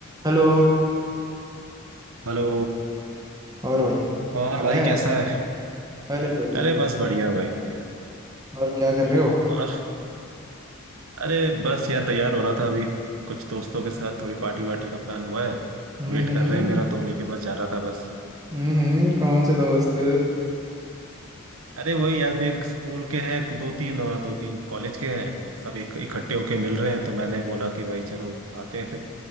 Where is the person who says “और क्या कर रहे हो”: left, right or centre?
Right